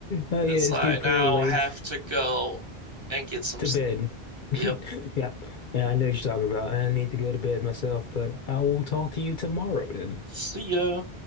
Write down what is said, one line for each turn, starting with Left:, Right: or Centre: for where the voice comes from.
Left: it's
Right: as I
Left: getting
Right: now
Left: pretty late
Right: have to go and get some
Left: to
Right: sleep.
Left: bed. <laughs>
Right: Yep.
Left: Yeah. And I know what you're talking about. I need to go to bed myself, but I will talk to you tomorrow then.
Right: See ya.